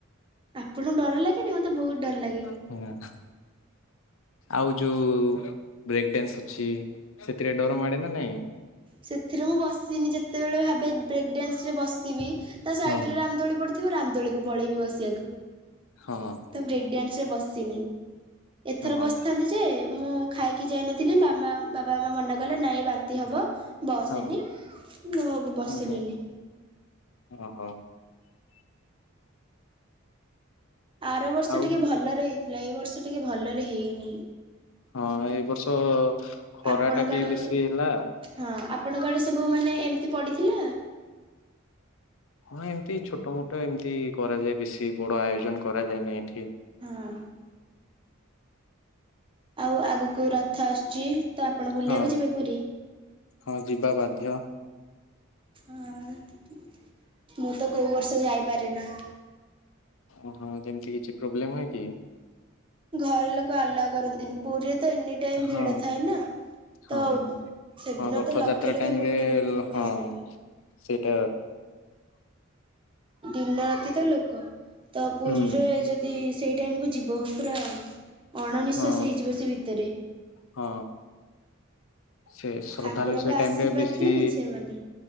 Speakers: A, on the right (about 25°); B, on the left (about 70°).
A: ଆପଣଙ୍କୁ ଡର ଲାଗେନି, ମୋତେ ବହୁତ ଡର ଲାଗେ।
B: ହଁ, ଆଉ ଯୋଉ ବ୍ରେକ ଡଡାନ୍ସ ଅଛି ସେଥିରେ ଡର ମାଡେ ନା ନାହିଁ?
A: ସେଥିରେ ମୁଁ ବସିନି। ଯେତେବେଳେ ଭାବେ ବ୍ରେକ୍ ଡ୍ୟାନ୍ସ ରେ ବସିବି, ତା ସାଇଡ଼ରେ
B: ହଁ
A: ରାମଦୋଳି ପଡ଼ି ଥିବ ରାମଦୋଳିକୁ ପଳେଇବି ବସିବାକୁ।
B: ହଁ।
A: ତ ବ୍ରେକ୍ଡ୍ୟାନ୍ସ ରେ ବସିନି। ଏଥର
B: ହଁ
A: ବସିଥାନ୍ତି, ଯେ ମୁଁ ଖାଇକି ଯାଇନଥିଲି। ବାବା ମାମା ମନା କଲେ, ନାଇଁ ବାନ୍ତି ହବ। ବସନି
B: ହଁ
A: ମୁ ବସିଲିନି।
B: ହୁଁ ହୁଁ <inaudible> ଓହୋ।
A: ଆର ବର୍ଷ
B: ଆଉ
A: ଟିକେ ଭଲରେ ହେଇଥିଲା, ଏଇ ବର୍ଷ ଟିକେ ଭଲରେ ହେଇନି।
B: ହଁ, ଏଇ ବର୍ଷ ଖରା
A: ଆପଣଙ୍କ
B: ଟା ବି
A: ଆଡେ
B: ବେଶି ହେଲା।
A: ହଁ, ଆପଣଙ୍କ ଆଡେ ସବୁ ମାନେ ଏମିତି ପଡିଥିଲା।
B: ହଁ, ଏମତି ଛୋଟ ମୋଟ ଏମିତି କରାଯାଏ। ବେଶି ବଡ ଆୟୋଜନ କରାଯାଏନି ଏଠି।
A: ହଁ। ଆଉ ଆଗକୁ ରଥ ଆସୁଛି ତ, ଆପଣ ବୁଲିବାକୁ
B: ହଁ
A: ଯିବେ ପୁରୀ?
B: ହଁ, ଯିବା ବାଧ୍ୟ।
A: ହଁ, ମୁଁ ତ କୋଉ ବର୍ଷ ଯାଇପାରେ ନା।
B: ଓହୋ, ଯେମିତି କିଛି ପ୍ରୋବ୍ଲେମ ହୁଏ କି?
A: ଘରେ ଲୋକ ଆଲାଉ କରନ୍ତିନି। ପୁରୀରେ ତ ଏନି ଟାଇମ୍
B: ହଁ
A: ଭିଡ ଥାଏ ନା!
B: ହଁ
A: ତ ସେଦିନ
B: ହଁ ରଥଯାତ୍ରା
A: ତ ଲକ୍ଷ ଲକ୍ଷେ,
B: ଟାଇମ
A: କୋଟି
B: ରେ
A: କୋଟି ଲୋକ
B: ହଁ
A: ଆସିଥିବେ।
B: ସେଇଟା
A: ଦିନ ରାତି ତ ଲୋକ ତ ପୁରୀରେ,
B: ହୁଁ
A: ଯଦି ସେଇ ଟାଇମ୍ କୁ ଯିବୁ ପୁରା ଅଣନିଶ୍ୱାସ
B: ହଁ
A: ହେଇଯିବ, ସେ ଭିତରେ।
B: ହଁ। ସେ ଶ୍ରଦ୍ଧାଳୁ
A: ଠାକୁରଙ୍କ
B: ସେ
A: ଆଶୀର୍ବାଦ
B: ଟାଇମ୍ ରେ ବେଶି
A: ଥିଲେ କିଛି ହେବନି